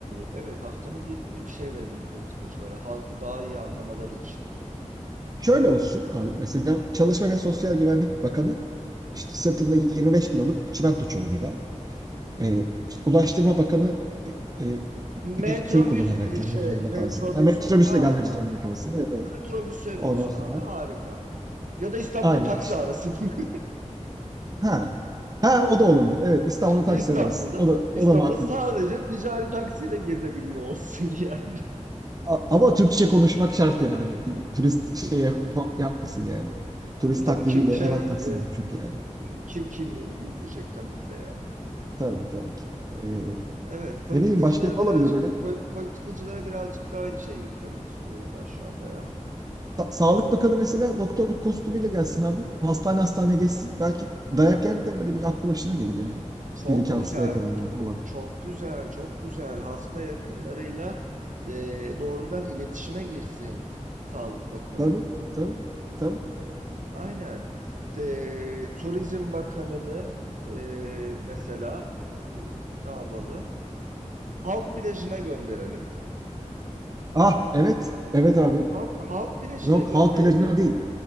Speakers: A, on the right; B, on the right.
A: evet, haftanın bir günü bir şey verelim politikacılara. Halkı daha iyi anlamaları için.
B: Şöyle olsun abi mesela Çalışma ve Sosyal Güvenlik Bakanı işte sırtında 25 kiloluk çimento çuvalıyla e, işte Ulaştırma Bakanı e,
A: Metrobüsle
B: bir tır kullanarak gelmek
A: işte,
B: zorunda
A: metrobüsle.
B: kalsın. Ha, metrobüsle
A: Aynen.
B: gelmek zorunda kalsın. Evet.
A: Metrobüse
B: Ondan
A: binsin
B: sonra
A: abi, harika. Ya da İstanbul'a
B: aynen
A: taksi
B: işte.
A: arasın. <laughs>
B: Ha. Ha o da olabilir. Evet İstanbul'da taksi
A: İstanbul'da.
B: arası. O da
A: İstanbul'da
B: o da makul.
A: sadece ticari taksiyle gezebiliyor olsun ya.
B: A- ama Türkçe konuşmak şart yani. Turist şey yap- yapmasın yani. Turist
A: Tabii tabii
B: taklidiyle
A: kim şey
B: hemen taksi bulur çünkü yani.
A: e, ki- kimliğini gizleyecek tabii ki de yani.
B: Tabii tabii ki. Ee,
A: Evet, politikacılara
B: ne bileyim başka ne
A: birazcık
B: olabilir böyle?
A: po- politikacılara birazcık daha şey yüklemek istiyorum ben şu anda ya.
B: Sa- Sağlık
A: E,
B: Bakanı
A: bir,
B: mesela doktor kostümüyle gelsin abi. Hastane hastane geçsin. Belki dayak yer de böyle bir aklı başına gelir yani.
A: çok
B: Bir iki
A: güzel,
B: hasta yakınından
A: ç-
B: falan.
A: çok güzel, çok güzel hasta yakınlarıyla e, doğrudan iletişime girsin Sağlık Bakanı.
B: Tabii tabii tabii.
A: Aynen. E, Turizm Bakanını e, mesela e, ne yapalım? Halk plajına gönderelim.
B: Ah evet evet abi.
A: Halk, halk bilecine
B: Yok
A: gönderelim.
B: halk plajına değil.